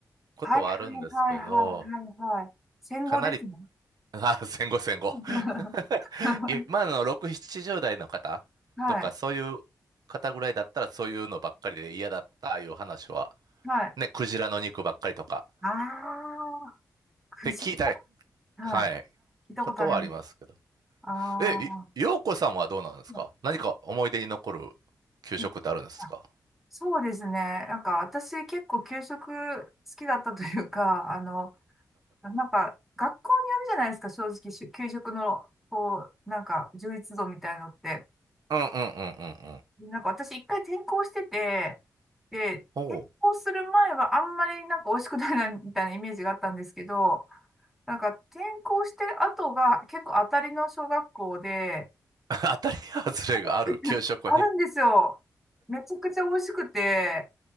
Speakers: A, on the right; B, in the centre.
A: ことはあるんですけど、
B: はいはいはいはいはいはい。戦後ですね。
A: かなり、<laughs> あ、戦後戦後。
B: <laughs>
A: <laughs> 今の6、70代の方とか、
B: はい、
A: そういう方ぐらいだったらそういうのばっかりで嫌だったいう話は、
B: はい。
A: ね、クジラの肉ばっかりとか、
B: ああ、
A: って聞いた、
B: くじ。はい。
A: はい、
B: 聞いたことあります。
A: ことはありますけど。
B: あー
A: え、いようこさんはどうなんですか何か思い出に残る給食ってあるんですか
B: あ、びあそうですね。なんか私結構給食好きだったというか、あの、なんか、学校にあるじゃないですか、正直、しゅ給食の、こう、なんか、充実度みたいのって。
A: うんうんうんうんうん。
B: でなんか、私、一回転校してて、で、
A: おう。
B: 転校する前は、あんまり、なんか、美味しくないな、みたいなイメージがあったんですけど、なんか、転校して後が、結構、当たりの小学校で、
A: <laughs> 当たり外れがある給食に。
B: <laughs> あるんですよ。めちゃくちゃ美味しくて、